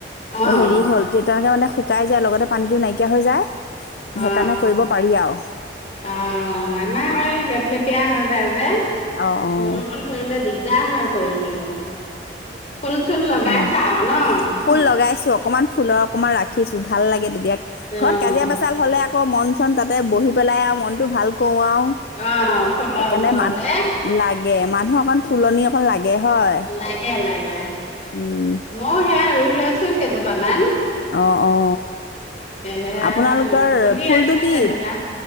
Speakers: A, on the left; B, on the left.
A: অ
B: হেৰি হল তেনেকে মানে। শুকাই যায় লগতে পানীতটো নাইকিয়া হৈ যায় সেইকাৰণে
A: অ
B: কৰিব পাৰি আৰু
A: অ আমাৰ লেপ লেপিয়া হ। বাবে।
B: অ',
A: বৰষুণ ধৰিলে দিগদাৰ হয়। কৰিবলে। ফুল চুল লগাইছা
B: অ',
A: আও ন?
B: ফুল লগাইছো অকমান ফুলৰ অকণমান ৰাখিছো ভাল লাগে তেতিয়া।
A: অ',
B: ঘৰত কাজিয়া পেচাল হ'লে। মন চন তাত। তাতে বহি পেলাই আৰু মনতটো ভাল কৰো আৰু
A: অ', ফুলৰ
B: সেইকাৰণে
A: ওচৰতে
B: মানুহ লাগে মানুহ অকণ। ফুলনি এখন লাগে। হয়
A: লাগে, লাগে। এ
B: উম
A: ময়ো সেয়াই ৰুই লৈছোঁ। আছিল কেই জোপা মান।
B: অ, অ।
A: সেয়া
B: আপোনালোকৰ
A: ফুলি
B: ফুলটো
A: আছে
B: কি?
A: যেনিবা।